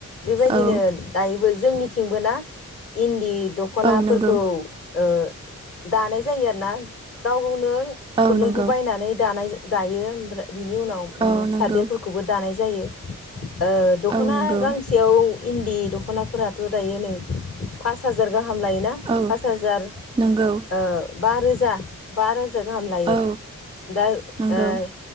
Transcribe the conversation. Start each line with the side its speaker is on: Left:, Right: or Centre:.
Left: बेबायदिनो
Right: औ
Left: दायोबो जोंनिथिंबो ना इन्दि दख'नाफोरखौ
Right: औ नंगौ
Left: ओ दानाय जायो आरोना। गाव गावनो
Right: औ
Left: खुन्दुंखौ
Right: नंगौ
Left: बायनानै दानाय जा दायो ओमफ्राय बिनि उनाव उम
Right: औ नंगौ
Left: सादेरफोरखौबो दानाय जायो। ओ दख'ना
Right: औ नंगौ
Left: गांसे गांसेयाव इन्दि दख'नाफोराथ' दायो नै फास हाजार गाहाम लायो। ना
Right: औ
Left: पास हाजार
Right: नंगौ
Left: ओ बा रोजा। बा रोजा गाहाम लायो
Right: औ
Left: दा
Right: नंगौ
Left: ओ